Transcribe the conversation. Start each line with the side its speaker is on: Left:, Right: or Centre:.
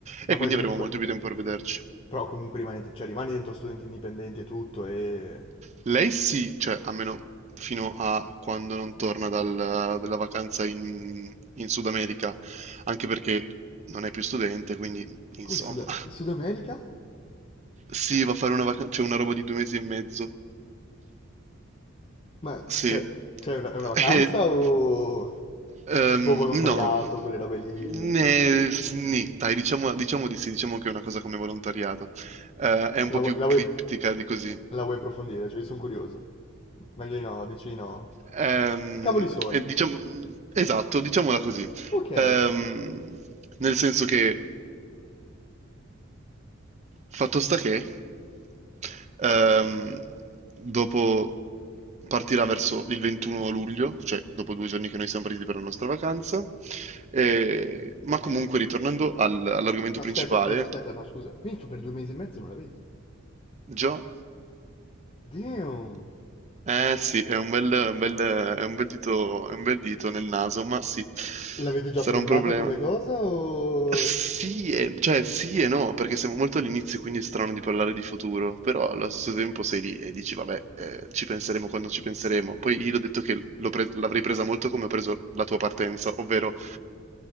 Left: Ma
Right: E
Left: poi
Right: quindi
Left: comunque,
Right: avremo molto più tempo per vederci.
Left: però comunque rimani, cioè, rimani dentro studenti indipendenti e tutto e...
Right: Lei sì, cioè almeno fino a quando non torna dal- dalla vacanza in, in Sud America, anche perché non è più studente, quindi insomma,
Left: Come Sud, Sud America?
Right: sì, va a fare una vacanza, c'è una roba di due mesi e mezzo,
Left: Ma
Right: sì.
Left: c'è c'è una, è una vacanza
Right: E-
Left: o
Right: ehm,
Left: tipo volontariato,
Right: no,
Left: quelle robe lì?
Right: Ne- nì, dai, diciamo, diciamo di sì, diciamo che è una cosa come volontariato, Eh, è un
Left: La,
Right: po'
Left: vuoi,
Right: più
Left: la vuoi-
Right: criptica di così.
Left: la vuoi approfondire? Cioè, io sono curioso. Meglio di no, dici di no.
Right: Ehm,
Left: Cavoli suoi.
Right: e diciam- esatto, diciamola così.
Left: Ok.
Right: Ehm, nel senso che, fatto sta che, ehm, dopo partirà verso il 21 luglio, cioè dopo due giorni che noi siamo partiti per la nostra vacanza, e- ma comunque ritornando al- all'argomento
Left: Ma
Right: principale,
Left: aspetta, aspetta, aspetta, no, scusa. Quindi tu per due mesi e mezzo non la vedi?
Right: già.
Left: Damn.
Right: Eh sì, è un bel, è un bel, è un bel dito, è un bel dito nel naso, ma sì, sarà
Left: L'avete già affrontata
Right: un problema.
Left: come cosa o...
Right: Sì, e- cioè sì e no, perché siamo molto all'inizio, quindi è strano di parlare di futuro, però allo stesso tempo sei lì e dici, vabbè, eh, ci penseremo quando ci penseremo. Poi io l'ho detto che l'ho pre- l'avrei presa molto come ho preso la tua partenza, ovvero